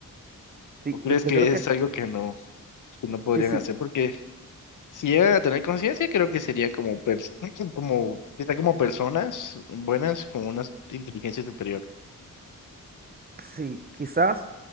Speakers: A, on the right; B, on the left.
A: Sí,
B: o crees
A: yo, yo
B: que
A: creo
B: es
A: que
B: algo que no, que no podrían
A: sí, sí,
B: hacer porque Si llegan a tener conciencia, creo que sería como, pers- <clears throat> como, está como personas buenas con una inteligencia superior,
A: sí. Quizás